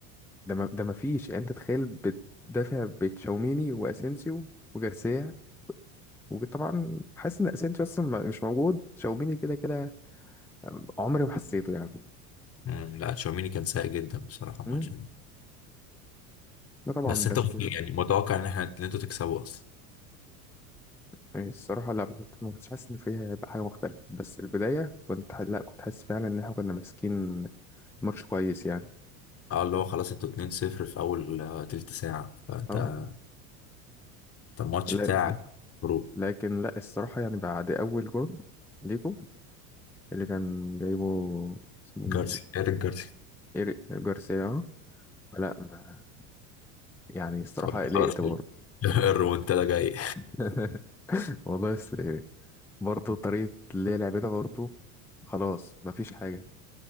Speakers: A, in the centre; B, on the left (about 35°).
A: ده ما ده ما فيش يعني انت تخيل بتدافع بتشاوميني واسينسيو وجارسيا وطبعا حاسس ان اسينسيو اصلا ما- مش موجود تشاوميني كده كده عمري ما حسيته يعني
B: مم. لا تشاوميني كان سيء جدا بصراحه الماتش
A: امم
B: ده
A: لا طبعا
B: بس
A: بس
B: انت كنت يعني متوقع ان احنا ان انتوا تكسبوا اصلا
A: يعني الصراحة لا ما كنت ما كنتش حاسس إن فيها هيبقى حاجة مختلفة بس البداية كنت ح- لا كنت حاسس فعلا إن إحنا كنا ماسكين ماتش كويس يعني
B: اه اللي هو خلاص انتوا 2-0 في اول آه، تلت ساعه فانت
A: اه
B: انت الماتش
A: لا
B: بتاعك برو
A: لكن لا الصراحة يعني بعد أول جول ليكو اللي كان جايبه اسمه
B: جارسي
A: مين؟
B: ايريك جارسي
A: إيريك جارسيا اه فلا ما- يعني الصراحة
B: قلت
A: قلقت
B: خلاص كده.
A: برضه
B: <laughs> الريمونتادا جاي
A: <laughs> والله بس برضه طريقة اللي هي لعبتها برضه خلاص مفيش حاجة